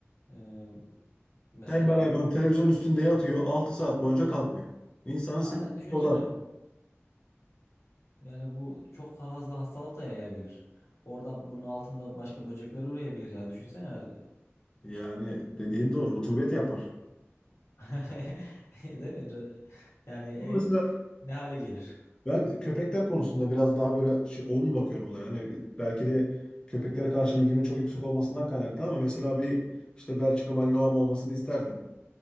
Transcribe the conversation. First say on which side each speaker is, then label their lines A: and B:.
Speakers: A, on the left (about 80°); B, on the left (about 20°).
A: e, mesela
B: Tembel hayvan televizyon üstünde yatıyor 6 saat boyunca kalkmıyor. İnsanı
A: aynen
B: sinirleri
A: düşünsene.
B: bozar.
A: Yani bu çok fazla hastalık da yayabilir. Orada bunun altında başka böcekler ürüyebilir ya. Düşünsene
B: Yani dediğin doğru rutubet yapar.
A: <laughs> Değil mi? Yani ev
B: Ama mesela
A: ne hale gelir?
B: ben köpekler konusunda biraz daha böyle şey, olumlu bakıyorum olaya. Yani belki de köpeklere karşı ilgimin çok yüksek olmasından kaynaklı ama mesela bir işte Belçika Malinois'm olmasını isterdim.